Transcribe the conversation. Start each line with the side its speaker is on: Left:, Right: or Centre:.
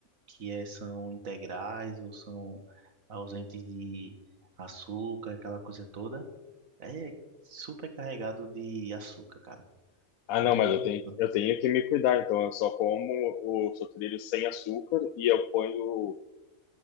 Right: que é, são integrais ou são ausentes de açúcar, aquela coisa toda, é super carregado de açúcar, cara.
Left: Ah,
Right: Aí
Left: não, mas eu tenho, eu tenho que me cuidar. Então, eu só como o sucrilho sem açúcar e eu ponho